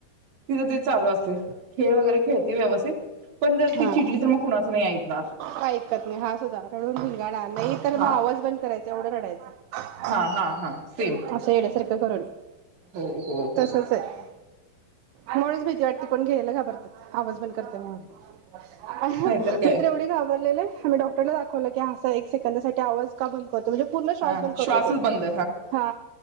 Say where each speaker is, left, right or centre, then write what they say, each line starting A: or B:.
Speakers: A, on the right; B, on the right.
A: तिज तिज चालू असतय खेळ वगैरे खेळती व्यवस्थित पण जर
B: हा
A: ती चिडली तर मग कुणाच नाही ऐकणार
B: काय ऐकत नाही हा सुद्धा रडून धिंगाणा नाही तर मग
A: हा
B: आवाज बंद करायचा एवढं रड कायचं
A: हा हा हा सेम
B: असं येड्यासारखं करून
A: हो हो हो
B: तसच आहे. म्हणूनच भीती वाटते पण घ्यायला घाबरतात आवाज पण करते मग
A: नाहीतर काय
B: मी तर एवढी घाबर लेले आम्ही डॉक्टरला दाखवलं की असय सेकंदा साठी आवाज का बंद करतो म्हणजे पूर्ण श्वास
A: हा
B: बंद
A: श्वासच
B: करतोय तो
A: बंद
B: हा